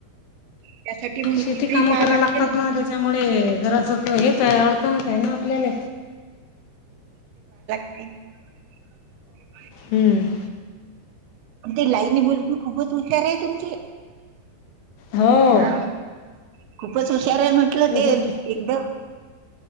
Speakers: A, on the right; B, on the left.
A: त्यासाठी मग
B: शेती
A: इकडेही
B: कामं
A: पाहा
B: करायला
A: लागते
B: लागतात ना त्याच्यामुळे जरास हेच आहे अडचणत आहे ना आपल्याला
A: ह
B: हम्म
A: ते लाईनी मुलगी खूपच हुचार आहे तुमचे
B: हो
A: हा खूपच खर म्हटलं
B: खूपच
A: ते एकदम